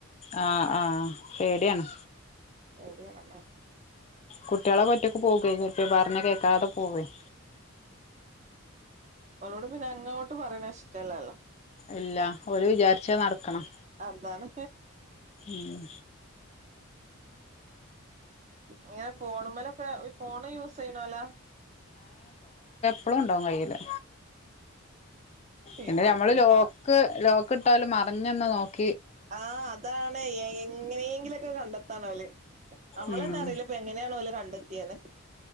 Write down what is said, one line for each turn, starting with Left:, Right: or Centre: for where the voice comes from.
Left: ആഹ് ആഹ് പേടി ആണ്
Right: പേടിയാണ് അതാണ്
Left: കുട്ടിളൊക്കെ ഒറ്റക്ക് പോകെര്ക്കും പറഞ്ഞ കേക്കാതെ പോകും
Right: ഓളോട് പിന്നഅങ്ങോട്ട് പറയുന്നത് ഇഷ്ട്ടല്ലല്ലോ
Left: ഇല്ല ഓല് വിചാരിച്ചത് നടക്കണം
Right: അതാണ്
Left: ഊം
Right: ഇങ്ങനെ ഫോണ്മ്മലൊക്കെ ഇര് ഫോണ് യൂസ്സെയ്യ്നോലാ
Left: എപ്പളുണ്ടാവും കയ്യില് പിന്നെ
Right: ഇപ്പത്തവർക്ക്
Left: ഞമ്മള് ലോക്ക് ലോക്ക് ഇട്ടാലും മറഞ്ന്ന് നോക്കും
Right: ആഹ് അതാാണ് എങ്ങനെയെങ്കിലൊക്കെ കണ്ടെത്താണോല് നമ്മളന്നെ
Left: ഉം
Right: അറിയില്ല ഇപ്പൊ എങ്ങനെയാണോ ഓല് കണ്ടെത്തിയേന്ന്.